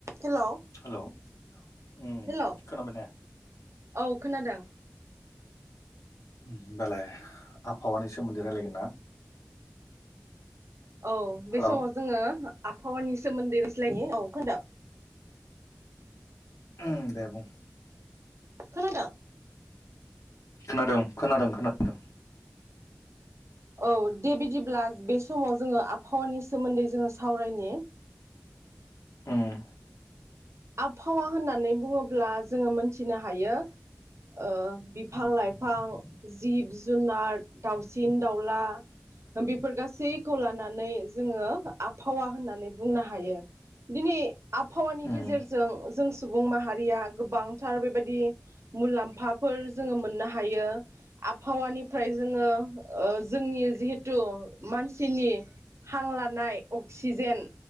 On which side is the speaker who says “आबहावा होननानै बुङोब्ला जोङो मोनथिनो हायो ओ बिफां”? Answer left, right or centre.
Right